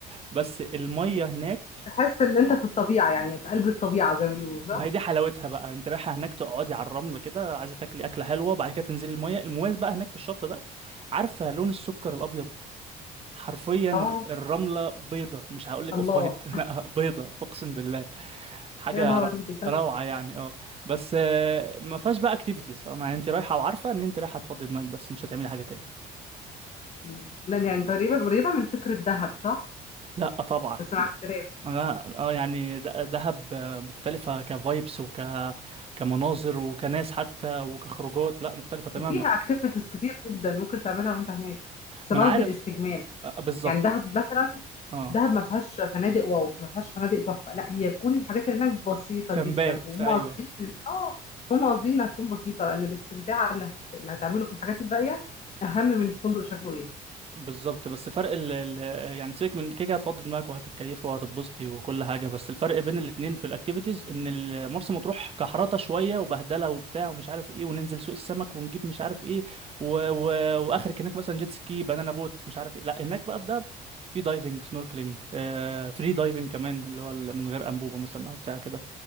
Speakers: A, on the right; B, on the left.
A: بس المية هناك
B: تحس ان انت في الطبيعة يعني في قلب الطبيعة زي ما بيقولوا صح؟
A: ما هي دي حلاوتها بقى انت رايحه هناك تقعدي على الرمله كده عايزه تاكلي اكله حلوه بعد كده تنزلي الميه المميز بقى هناك في الشط ده عارفه لون السكر الابيض حرفيا
B: اه
A: الرمله بيضه مش هقول لك
B: الله
A: اوف وايت <laughs> لا بيضه اقسم بالله حاجه
B: يا نهاري
A: ر-
B: دي جامدة
A: روعه يعني اه بس آه، ما فيهاش بقى اكتيفيتيز فاهم يعني انت رايحه وعارفه ان انت رايحه تفضي دماغك بس مش هتعملي حاجه تاني
B: مم. لأن يعني تقريبا قريبة من فكرة دهب صح؟
A: لا طبعا
B: بس مع اختلاف
A: انا اه يعني د- دهب مختلفه كفايبس وك كمناظر وكناس حتى وكخروجات لا مختلفه تماما
B: وفيها اكتيفيتيز كتير جدا ممكن تعملها وانت هناك بس
A: ما
B: انا
A: انا عارف
B: قصدي الاستجمام
A: آه، بالظبط
B: يعني دهب مثلا
A: اه
B: دهب ما فيهاش فنادق واو ما فيهاش فنادق تحفة لا هي كل الحاجات اللي هناك بسيطة
A: كامبات
B: جدا وهم
A: ايوه
B: قاصدين اه هم قاصدين انها تكون بسيطة لأن الاستمتاع اللي هت- اللي هتعمله في الحاجات الباقية أهم من الفندق شكله ايه
A: بالظبط بس فرق ال ال يعني سيبك من كده كده هتفضي دماغك وهتتكيفي وهتتبسطي وكل حاجه بس الفرق بين الاتنين في الاكتيفيتيز ان ال- مرسى مطروح كحرطه شويه وبهدله وبتاع ومش عارف ايه وننزل سوق السمك ونجيب مش عارف ايه و و واخرك هناك مثلا جيت سكي بنانا بوت مش عارف ايه لا هناك بقى في دهب في دايفنج سنوركلينج آه فري دايفنج كمان اللي هو ال- من غير انبوبه مثلا او بتاع كده